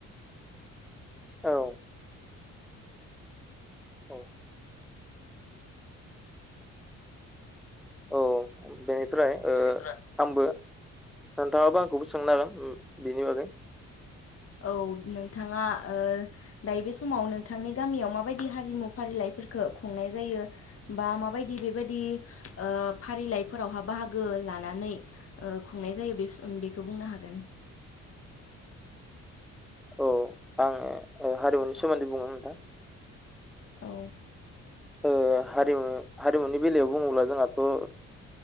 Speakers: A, in the centre; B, on the left.
A: औ औ औ बेनिफ्राय ओ
B: बेनिफ्राय
A: आमबो नोंथाङाबो आंखौबो सोंनोागोन उ बिनि बागै
B: औ नोंथाङा ओ दायो बे समाव नोंथांनि गामियाव माबायदि हारिमु फारिलाइ फोरखो खुंनाय जायो बा माबायदि बेबायदि ओ फारिलाइफोरावहा बाहागो लानानै ओ खुंनाय जायो बे बेखौ बुंनो हागोन
A: औ आङो ओ हारिमुनि सोमोन्दै बुंनो नोंथां
B: औ,
A: ओ हारिमु हारिमुनि बेलायाव बुङोब्ला जोंहाथ ओ